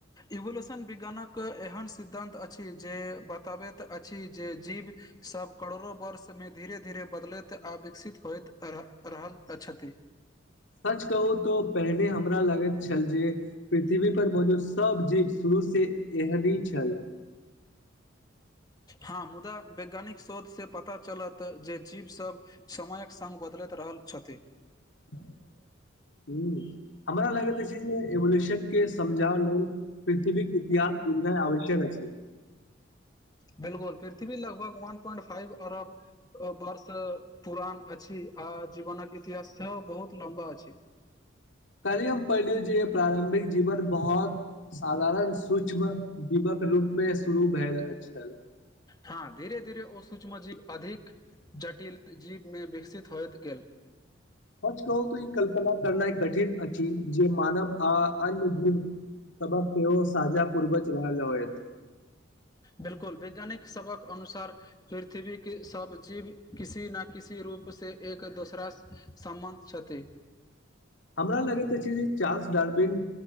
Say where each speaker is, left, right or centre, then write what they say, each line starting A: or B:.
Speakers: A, on the left; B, on the left.
A: इवोल्यूशन विज्ञानक एहन सिद्धान्त अछि जे बताबैत अछि जे जीव सभ करोड़ो वर्षमे धीरे धीरे बदलैत आ विकसित होइत रह रहल छथि
B: <inaudible> सच कहू तो पेहिने हमरा लगैत छल जे पृथ्वी पर मौजूद सब जीव शुरू ओ से एहने छल <inaudible>
A: हँ मुदा वैज्ञानिक शोध से पता चलत जे जीव सब समयक संग बदलैत रहल छथि
B: <inaudible> हुँ हमरा लगैत छै जे एवोल्यूशन के समझाव लेल पृथ्वीक इतिहास बुझनाय आवश्यक अछि
A: बिलकुल पृथ्वी लगभग वन प्वइंट फाइव अरब वर्ष पुरान अछि आ जीवनक इतिहास सेहो बहुत लम्बा अछि
B: पैहलिए हम पढ़लिय जे प्रारंभिक जीवन बहुत साधारण सूक्ष्म दीमक रूप मे शुरू भेल छल
A: हँ धीरे धीरे ओ स सूक्ष्म जीव अधिक जटिल जीवमे विकसित होयत गेल
B: सच कहुँ तऽ ई कल्पना करनाए कठिन अछि जे हम मानव आ अन्य जीव सभक सेहो साझा पूर्वज रहल होयत
A: बिलकुल वैज्ञानिक सभक अनुसार पृथ्वी के सब जीव किसी न कि किसी रूपसे एक दोसरा सम्बन्ध छथि
B: हमरा लगैत अछि जे चार्ल्स डर्बिन